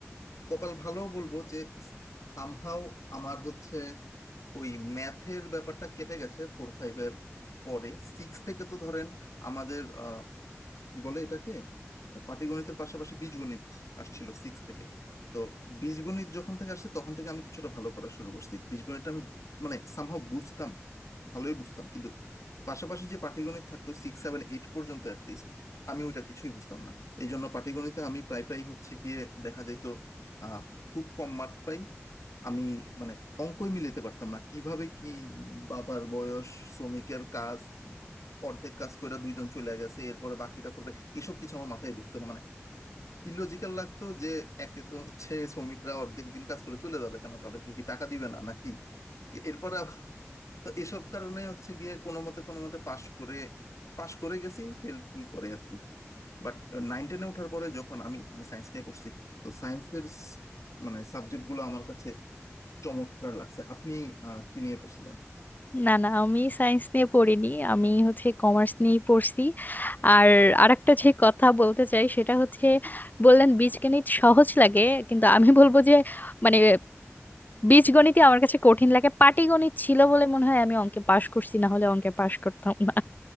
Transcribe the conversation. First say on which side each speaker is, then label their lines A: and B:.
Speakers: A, on the left (about 85°); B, on the left (about 35°).
A: কপাল ভালো বলবো যে সামহাও আমার হচ্ছে ওই ম্যাথের ব্যাপারটা কেটে গেছে ফোর ফাইভের পরে সিক্স থেকে তো ধরেন আমাদের আহ, কি বলে এটাকে আহ, পাটিগণিতের পাশাপাশি বীজগণিত আসছিল সিক্স থেকে তো বীজগণিত যখন থেকে আসছে তখন থেকে আমি কিছুটা ভালো করা শুরু করছি বীজগণিতটা আমি মানে সামহাও বুঝতাম ভালোই বুঝতাম কিন্তু পাশাপাশি যে পাটিগণিত থাকতো সিক্স সেভেন এইট পর্যন্ত অ্যাটলিস্ট আমি ওইটা কিছুই বুঝতাম না এই জন্য পাটিগণিতে আমি প্রায় প্রায় হচ্ছে গিয়ে দেখা যেত আহ খুব কম মার্ক পাই আমি মানে অঙ্কই মিলাতে পারতাম না কিভাবে কি বাবার বয়স শ্রমিকের কাজ অর্ধেক কাজ করে দুইজন চলে গেছে এরপরে বাকিটা করবে এসব কিছু আমার মাথায় ঢুকতো না মানে ইলজিক্যাল লাগতো যে একে তো হচ্ছে শ্রমিকরা অর্ধেক দিন কাজ করে চলে যাবে কেন তাদেরকে কি টাকা দিবে না নাকি এরপরে আবার তো এসব কারণে হচ্ছে গিয়ে কোনো মতে কোনো মতে পাশ করে পাশ করে গেছি ফেল ফেল করে আর কি বাট নাইন টেনে ওঠার পরে যখন আমি আমি সায়েন্স নিয়ে পড়ছি তো সায়েন্সের মানে সাবজেক্ট গুলো আমার কাছে চমৎকার লাগছে আপনি আহ, কি নিয়ে পড়ছিলেন
B: না না আমি সায়েন্স নিয়ে পড়িনি আমি হচ্ছে কমার্স নিয়েই পড়ছি আর আরেকটা যে কথা বলতে চাই সেটা হচ্ছে বললেন বীজগণিত সহজ লাগে কিন্তু আমি বলবো যে মানে বীজগণিতই আমার কাছে কঠিন লাগে পাটিগণিত ছিল বলে মনে হয় আমি অঙ্কে পাশ করছি না হলে অঙ্কে পাশ করতাম না